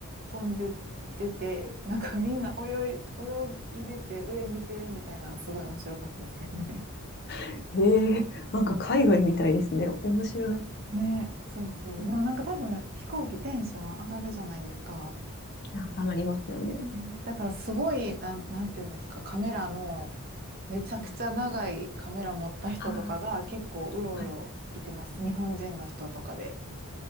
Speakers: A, on the right; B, on the left.
A: 飛んで出て、なんかみんな泳い、泳いでて上見てるみたいなのすごい面白かったですけどね。
B: えー、なんか海外みたいですね。面白い。
A: <laughs> ね、そうそう。
B: うん
A: でもなんか多分飛行機テンション上がるじゃないですか。
B: あ上がりますよね。
A: ね、だからすごい、なん、なんていうんですか、カメラの、めちゃくちゃ長いカメラ持った人とかが結構うろうろいてます。
B: うんあーはい。
A: 日本人の人とかで。